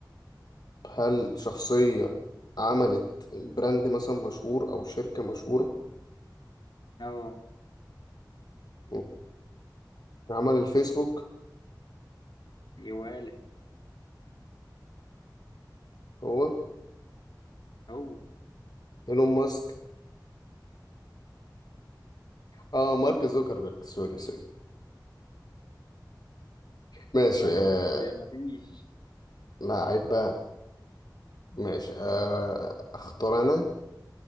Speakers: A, on the left; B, on the left.
A: هل شخصية عملت براند مثلا مشهور أو شركة مشهورة
B: اهو
A: م. عمل الفيسبوك
B: يا ولا
A: هو
B: هو
A: إيلون ماسك اه مارك زوكربيرج سوري سوري ماشي
B: المعلومات
A: آه
B: مفيش
A: لعيب بقى ماشي آه اختار انا